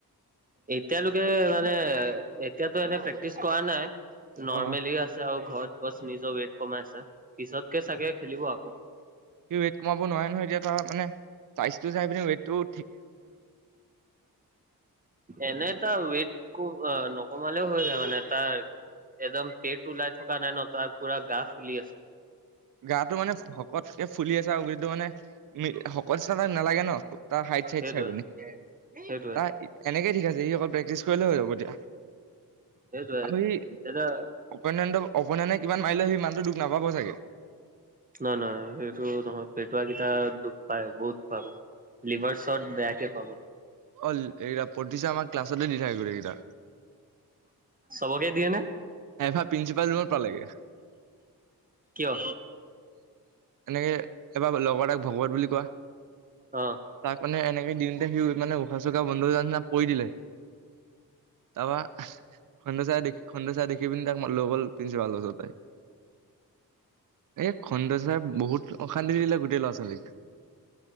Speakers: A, on the right; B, on the right.
A: এতিয়ালৈকে মানে এতিয়াতো এনে প্ৰেক্টিছ কৰা নাই নৰ্মেলি
B: অ'
A: আছে আৰু ঘৰত বছ নিজৰ ৱেইট কমাইছে, পিছতকে চাগে খেলিব আকৌ?
B: সি ৱেইট কমাব নোৱাৰে নহয়, এতিয়া তাৰ মানে চাইজটো চাই পিনে ৱেটটো
A: এনে তাৰ ৱেট <unintelligible> নকমালেও হৈ যায় মানে তাৰ একদম পেট ওলাই থকা নাই নহ, তাৰ পোৰা গা ফুলি আছে।
B: গাটো মানে শকতকে ফুলি আছে, আৰু গোটেইটো মানে শকত নিচিনা তাক নালাগে নহ? তাৰ হাইট চাইট
A: সেইটোৱে
B: চাই পিনে।
A: সেইটোৱে
B: তাৰ এনেকে ঠিক আছে, সি অকল প্ৰেক্টিছ কৰিলে হৈ যাব এতিয়া।
A: সেইটোৱে
B: আৰু সি <unintelligible>
A: এতিয়া
B: অপনেনে কিমান মাৰিলে সিমানটো দুখ নাপাব চাগে?
A: নহয়, নহয় সেইটো নহয়। পেটুৱাকেইটা দুখ পায়, বহুত পাব। লিভাৰ <unintelligible> বেয়াকে পাব।
B: অ', এইকেইটা <unintelligible> আমাক ক্লাছতে দি থাকিব, এইকেইটা
A: চবকে দিয়ে নে?
B: <unintelligible> প্ৰিঞ্চিপাল ৰুম পালেগে।
A: কিয়?
B: এনেকে এবাৰ লগৰ এতাক ভগৱত বুলি কয়,
A: অ'
B: তাক মানে এনেকে দিওঁনতে সি মানে উশা-চোশা বন্ধ হৈ যোৱা নিচিনা পৰি দিলে, তাৰপা খণ্ড চাৰে দেখি, খণ্ড চাৰে দেখি পিনি তাক লৈ গ'ল প্ৰিঞ্চিপাল ওচৰলৈ এ খণ্ড চাৰ বহুত অশান্তি দিলে গোটেই ল'ৰা ছোৱালীক।